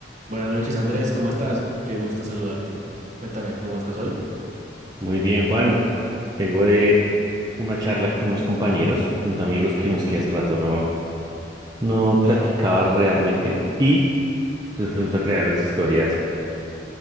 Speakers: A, on the right (about 40°); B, on the right (about 20°).
A: Buenas noches, Andrés, ¿cómo estás? Qué gusto saludarte. Cuéntame, ¿cómo estás hoy?
B: Muy bien, Juan. Vengo de una charla con unos compañeros, unos amigos que nos que hace rato no, no platicaba realmente y entonces fuimos a crear unas historias